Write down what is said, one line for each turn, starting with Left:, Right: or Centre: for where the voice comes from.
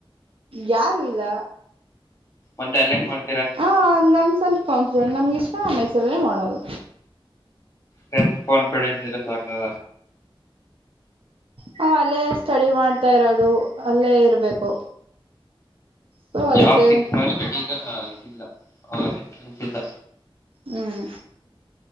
Right: ಯಾರು ಇಲ್ಲ
Left: ಮತ್ತೆ ಅಲ್ಲ ಹೆಂಗ ಮಾಡ್
Right: ಹ ನಮ್ ಸ್ವಲ್ಪ ಕಟ್ ನಮ್ಗೆ ಇಷ್ಟ ಮೈಸೂರಲ್ಲೇ ಮಾಡೋದು
Left: ಸೆಲ್ಫ್ ಕಾನ್ಫಿಡೆನ್ಸ್ ಇದ್ರ ಸಾಕದ
Right: ಹ ಅಲ್ಲೇ ಸ್ಟಡಿ ಮಾಡ್ತಾ ಇರೋದು ಅಲ್ಲೇ ಇರ್ಬೇಕು ಸೊ ಅದಕ್ಕೆ
Left: ಜಾಬ್ ಸಿಕ್ಸ್ ಮ ಸ್ಟಡಿಗ ಇದಿಲ್ಲ ಎಂಟ್ರೆನ್ಸ್ ಇಲ್ಲ
Right: ಹ್ಮ್